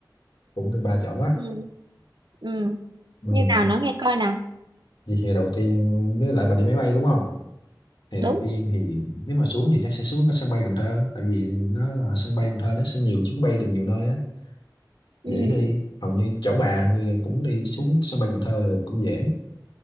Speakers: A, on the left; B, on the right.
A: Cũng được ba chỗ á.
B: ừ, ừ.
A: Ừ.
B: Như nào nó nghe coi nào.
A: Vậy thì đầu tiên với lại bà đi máy bay đúng không? Thì
B: Đúng.
A: đầu tiên thì nếu mà xuống thì chắc sẽ xuống cái sân bay Cần Thơ tại vì nó là sân bay Cần Thơ nó sẽ nhiều chuyến bay từ nhiều nơi á
B: Ừ.
A: dễ đi hầu như chỗ bà hình như là cũng đi xuống sân bay Cần Thơ được cũng dễ